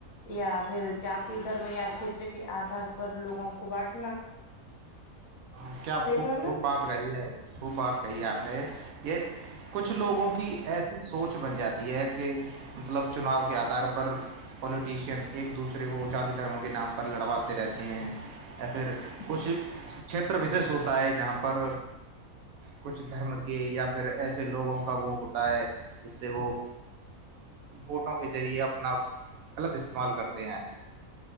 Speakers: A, on the left; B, on the right.
A: یا پھر جات دھرم یا چھیتر کے آدار پر لوگوں کو بانٹنا
B: ہاں کیا
A: صحیح
B: خوب
A: کہا نا
B: خوب بات گئی ہے وہ بات کہی ہے آپ نے یہ کچھ
A: جی
B: لوگوں کی ایسی سوچ بن جاتی ہے کہ مطلب چناؤ کے آدھار پر پولیٹیشین ایک دوسرے کو جذاتی دھرموں کے نام پر لڑواتے رہتے ہیں یا پھر کچھ
A: جی
B: چھیتر وشش ہوتا ہے جہاں پر کچھ دھرم کے یا پھر ایسے لوگوں کا وہ ہوتا ہے جس سے وہ بوٹوں کے ذریعے اپنا غلط استعمال کرتے ہیں